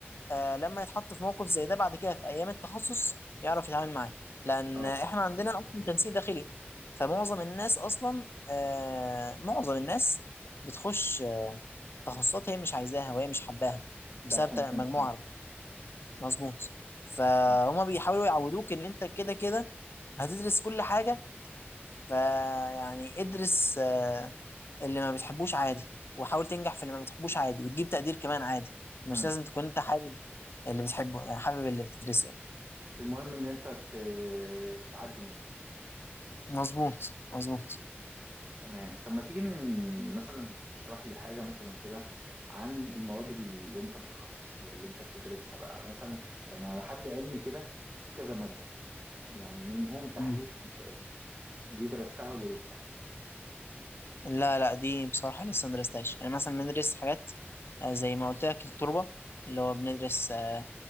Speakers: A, on the left (about 65°); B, on the right (about 45°).
A: آه، لما يتحط في موقف زي ده بعد كده في ايام التخصص يعرف يتعامل معاه لان
B: اه
A: احنا عندنا اصلا تنسيق داخلي فمعظم الناس اصلا آه، معظم الناس بتخش آه، تخصصات هي مش عايزاها وهي مش حباها
B: ده
A: بسبب
B: عشان
A: ت- مجموعة
B: تنسيق
A: مظبوط فهما
B: م.
A: بيحاولوا يعودوك ان انت كده كده هتدرس كل حاجة فيعني ادرس آه، اللي ما بتحبوش عادي وحاول تنجح في اللي ما بتحبوش عادي وتجيب تقدير كمان عادي مش
B: م.
A: لازم تكون انت حابب اللي بتحبه يعني حابب اللي بتدرسه يعني
B: المهم إن أنت ت- تعدي منه
A: مظبوط مظبوط
B: تمام طب ما تيجي ن- مثلا اشرح لي حاجة مثلا كده عن المواد اللي انت متخصص فيها اللي انت بتدرسها بقى مثلا يعني على حد علمي كده في كذا مادة يعني منهم تحليل
A: مم.
B: الإنشاءات دي درستها ولا لسه؟
A: لا لا دي بصراحة لسه مدرستهاش يعني مثلا بندرس حاجات آه، زي ما قلت لك التربة اللي هو بندرس آه،